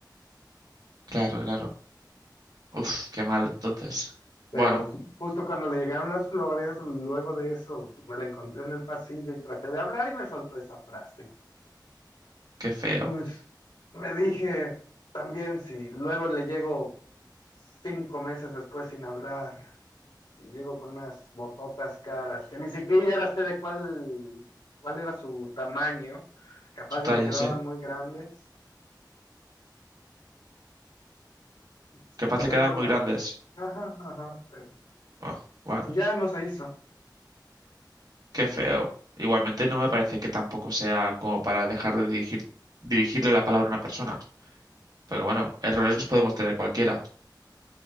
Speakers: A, on the right; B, on the left.
A: claro, claro. Uf, qué mal, entonces.
B: Pero
A: Bueno,
B: ju- justo cuando le llegaron las flores, luego de eso, pues, me la encontré en el pasillo y traté de hablar y me soltó esa frase.
A: qué feo.
B: Y pues me dije, también si luego le llego cinco meses después sin hablar, Y llego con unas bototas caras, que ni siquiera era sé de cuál, cuál era su tamaño. Capaz
A: Su talla,
B: si le quedaban
A: sí.
B: muy grandes, pues
A: Capaz
B: iba a salir
A: le quedaban
B: mal.
A: muy grandes.
B: Ajá, ajá, pero
A: Ah, Bueno.
B: pues ya no se hizo.
A: Qué feo. Igualmente no me parece que tampoco sea como para dejar de dirigir, dirigirle la palabra a una persona. Porque bueno, errores los podemos tener cualquiera.